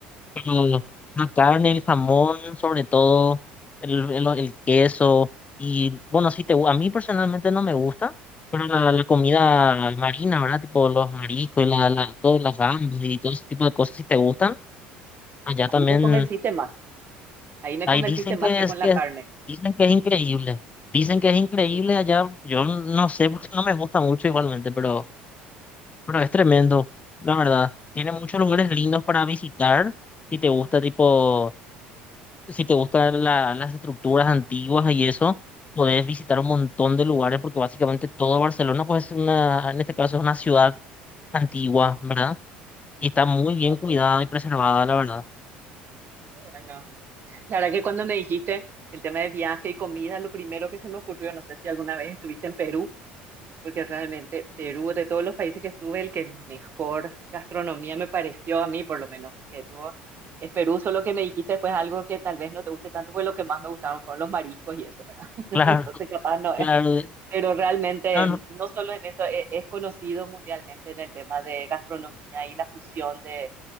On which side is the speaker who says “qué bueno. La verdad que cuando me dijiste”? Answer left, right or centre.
Right